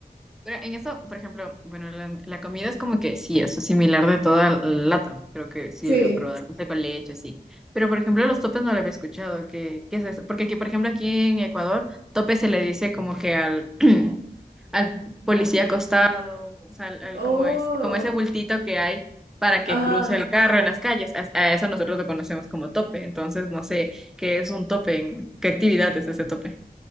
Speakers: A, in the centre; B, on the right.
A: Pero en eso, por ejemplo, bueno, la, la comida es como que sí, es similar de toda LATAM. Creo que sí,
B: <laughs> Sí.
A: el probado café con leche, sí. Pero, por ejemplo, los topes no lo había escuchado. ¿Qué, qué es eso? Porque aquí, por ejemplo, aquí en Ecuador, tope se le dice como que al, <clears throat> al policía acostado, o sea, al, al-
B: Oh,
A: como, es, como ese bultito que hay para que
B: ajá.
A: cruce el carro en las calles. A, a eso nosotros lo conocemos como tope. Entonces, no sé qué es un tope, en- qué actividad es ese tope.